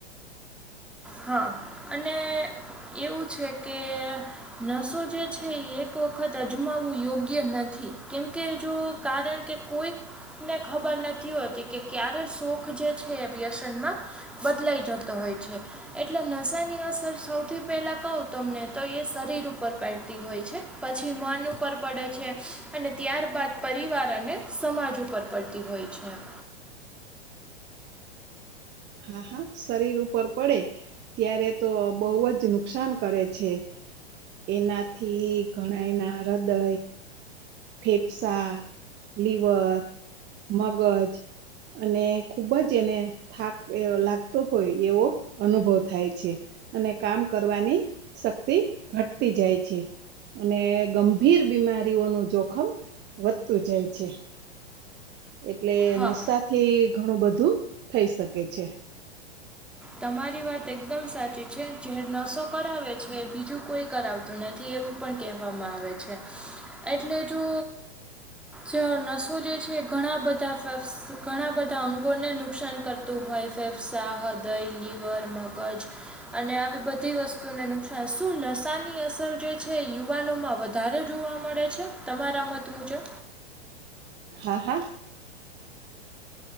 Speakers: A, in the centre; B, on the right.
A: હા, અને એવું છે કે નસો જે છે એ એક વખત અજમાવવું યોગ્ય નથી કેમકે જો કારણ કે કોઈકને ખબર નથી હોતી કે ક્યારે સોખ જે છે એ વ્યસનમાં બદલાઈ જતો હોય છે એટલે નશાની અસર સૌથી પહેલાં કહું તમને તો એ શરીર ઉપર પડતી હોય છે પછી મન ઉપર પડે છે અને ત્યારબાદ પરિવાર અને સમાજ ઉપર પડે પડતી હોય છે એમ.
B: હા, હા, શરીર ઉપર પડે ત્યારે તો બહુ જ નુકસાન કરે છે એનાથી ઘણાય ના હૃદય ફેફસા, લીવર, મગજ અને ખુબ જ એને થાક લાગતો હોય એવો અનુભવ થાય છે અને કામ કરવાની શક્તિ ઘટતી જાય છે, અને ગંભીર બીમારીઓનું જોખમ વધતું જાય છે એટલે
A: હા
B: નશાથી ઘણું બધું થઈ શકે છે.
A: તમારી વાત એકદમ સાચી છે, જે નસો કરાવે છે બીજું કોઈ કરાવતું નથી એવું પણ કહેવામાં આવે છે, એટલે જો જે નસો જે છે ઘણાબધા, ઘણાબધા અંગોને નુકસાન કરતું હોય ફેફસા, હૃદય, લીવર, મગજ અને આવી બધી વસ્તુને નુકસાન, શું નશાની અસર જે છે યુવાનોમાં વધ વધારે જોવા મળે છે, તમારા મત મુજબ
B: હા, હા